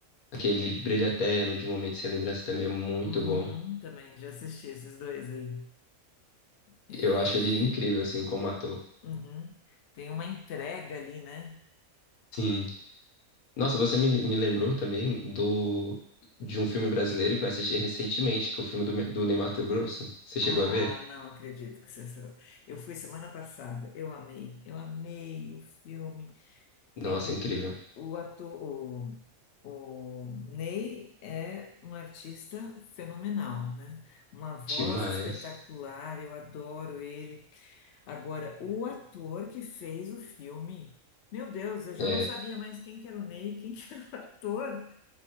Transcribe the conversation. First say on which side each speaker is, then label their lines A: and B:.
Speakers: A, on the left; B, on the left.
A: Aquele Brilho Eterno de Um Momento Sem Lembrança também é muito
B: uhum,
A: bom.
B: também já assisti esses dois aí. É,
A: Eu acho ele incrível, assim, como ator.
B: uhum. Tem uma entrega ali, né?
A: Sim. Nossa, você me, me lembrou também do de um filme brasileiro que eu assisti recentemente, que é o filme do, Me- do Ney Matogrosso. Você chegou
B: Ah,
A: a ver?
B: não acredito que você. Eu fui semana passada, eu amei, eu amei o filme.
A: Nossa,
B: é prim-
A: incrível.
B: é- o ator, o, o Ney é um artista fenomenal, né? Uma voz
A: Demais.
B: espetacular, eu adoro ele. Agora, o ator que fez o filme, meu Deus, eu já
A: É.
B: não sabia mais quem que era o Ney, quem que era o ator.